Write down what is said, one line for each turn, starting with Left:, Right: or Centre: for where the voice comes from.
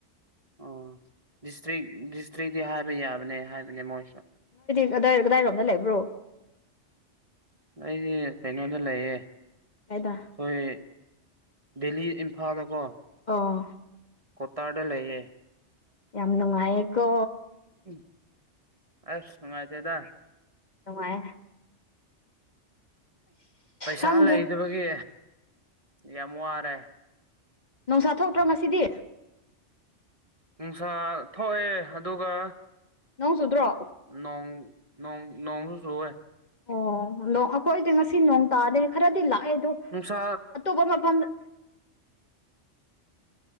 Right: ꯑꯣ ꯗꯤꯁꯇ꯭ꯔꯤꯛ ꯗꯤꯁꯇ꯭ꯔꯤꯤ ꯍꯥꯏꯕ ꯌꯥꯕꯅꯦ ꯍꯥꯏꯕꯅꯦ ꯃꯣꯏꯁꯨ
Left: ꯑꯗꯥꯏ ꯀꯗꯥꯏꯔꯣꯝꯗ ꯂꯩꯕ꯭ꯔꯣ
Right: ꯑꯩꯁꯦ ꯀꯩꯅꯣꯗ ꯂꯩꯌꯦ ꯑꯩꯈꯣꯏ
Left: ꯀꯗꯥꯏꯗ
Right: ꯗꯦꯂꯤ ꯐꯥꯗꯣꯀꯣ
Left: ꯑ
Right: ꯀꯣꯇꯥꯗ ꯂꯩꯌꯦ
Left: ꯌꯥꯝ ꯅꯨꯡꯉꯥꯏ ꯑ‍ꯦꯀꯣ
Right: ꯎꯝ ꯑꯁ ꯅꯨꯡꯉꯥꯏꯇꯦꯗ
Left: ꯅꯨꯡꯉꯥꯏꯌ‌ꯦ
Right: ꯄꯩꯁꯥ
Left: ꯈꯪꯗ꯭ꯔꯦ
Right: ꯂꯩꯗꯕꯒꯤ ꯌꯥꯝ ꯋꯥꯔꯦ
Left: ꯅ‌ꯣꯡꯁꯥ ꯊꯣꯛꯇ꯭ꯔꯣ ꯉꯁꯤꯗꯤ
Right: ꯅꯨꯡꯁꯥ ꯊꯣꯛꯑꯦ ꯑꯗꯨꯒ
Left: ꯅꯣꯡ ꯆꯨꯗ꯭ꯔꯣ
Right: ꯅꯣꯡ ꯅꯣꯡ ꯅꯣꯡꯁꯨ ꯁꯣꯑꯦ
Left: ꯑꯣ ꯑꯗ ꯑꯩꯈꯣꯏꯗꯤ ꯉꯁꯤ ꯅꯣꯡ ꯇꯥꯗ ꯈꯔꯗꯤ ꯂꯥꯛ ꯑꯩꯗꯣ
Right: ꯅꯨꯡꯁꯥ
Left: ꯑꯇꯣꯞꯄ ꯃꯐꯝꯗ